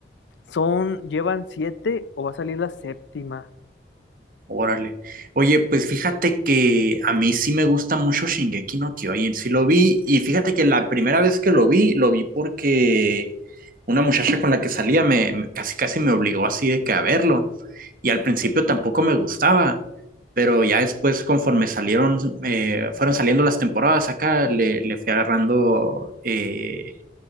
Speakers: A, on the left; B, on the right.
A: son, llevan siete o va a salir la séptima.
B: Órale. Oye, pues fíjate que a mí sí me gusta mucho Shingeki no Kyojin. Sí lo vi y fíjate que la primera vez que lo vi, lo vi porque una muchacha con la que salía me, me- casi casi me obligó así de que a verlo. Y al principio tampoco me gustaba, pero ya después conforme salieron, eh, fueron saliendo las temporadas acá, le, le fui agarrando, eh,